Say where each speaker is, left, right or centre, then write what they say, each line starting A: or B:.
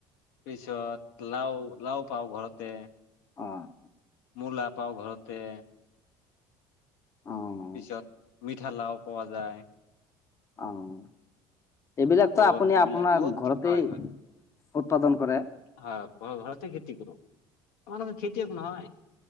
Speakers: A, on the left; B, on the left.
A: পিছত লাও লাও পাওঁ ঘৰতে।
B: অ',
A: মূলা পাওঁ ঘৰতে।
B: অ'।
A: পিছত মিঠালাও পোৱা যায়।
B: অ'। এইবিলাকতো
A: ভোল
B: আপুনি
A: এইবিলাক
B: আপোনাৰ
A: বহুত
B: ঘৰতেই
A: হয় হয়
B: উৎপাদন কৰে?
A: হয় ঘ ঘৰতে খেতি কৰো আমিলোক খেতিয়ক নহয়।